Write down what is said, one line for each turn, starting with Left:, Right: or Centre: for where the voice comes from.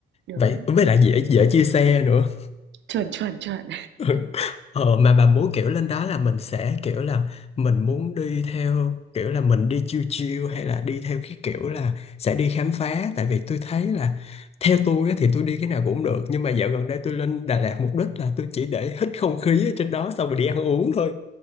Right: Được
Left: vậy
Right: đó.
Left: với lại dễ dễ chia xe nữa
Right: Chuẩn, chuẩn, chuẩn.
Left: <laughs> ờ, mà bà muốn kiểu lên đó là mình sẽ kiểu là mình muốn đi theo kiểu là mình đi chill chill hay là đi theo cái kiểu là sẽ đi khám phá tại vì tôi thấy là theo tôi á thì tôi đi cái nào cũng được nhưng mà dạo gần đây tôi lên Đà Lạt mục đích là tôi chỉ để hít không khí ở trên đó xong rồi đi ăn uống thôi